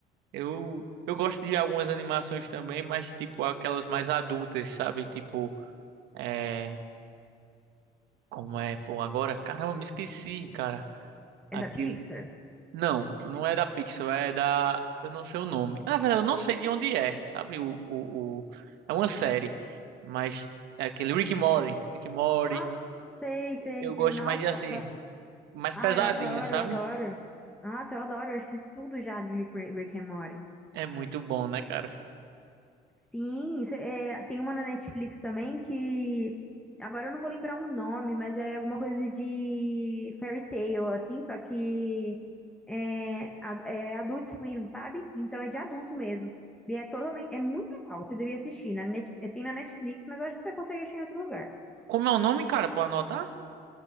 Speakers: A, on the right; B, in the centre.
A: Eu, eu gosto de algumas animações também, mas, tipo, aquelas mais adultas, sabe? Tipo, é. Como é, pô, agora? Caramba, me esqueci, cara.
B: É
A: Aquele.
B: da Pixar?
A: Não, não é da Pixel, é da. Eu não sei o nome. Na verdade, eu não sei de onde é, sabe? O, o, o- É uma série, mas é aquele Rick and Morty. Rick and Morty.
B: Ah, sei, sei,
A: Eu
B: sei.
A: gosto
B: Nossa,
A: mais de assim,
B: eu adoro-
A: mais
B: ah,
A: pesadinho,
B: eu adoro,
A: sabe?
B: eu adoro. Nossa, eu adoro. Eu assisti tudo já de Rick Rick and Morty.
A: É muito bom, né, cara?
B: Sim, cê- é, tem uma na Netflix também que agora eu não vou lembrar o nome, mas é alguma coisa de fairy tale, assim, só que é, a- é Adult Swim, sabe? Então é de adulto mesmo. E é totalmente, é muito legal, você devia assistir. Na Net, é, tem na Netflix, mas eu acho que você consegue achar em outro lugar.
A: Como é o nome, cara? Pra anotar?